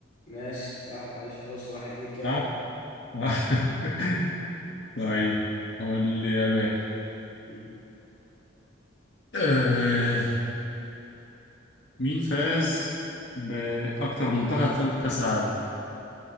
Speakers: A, on the left (about 45°); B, on the left (about 65°).
A: ماشي صح ماشي خش واحد ليك يلا
B: صح؟ <laughs> طيب قول لي يا
A: مم.
B: باشا مين فاز بأكتر منتخب فاز بكأس العالم؟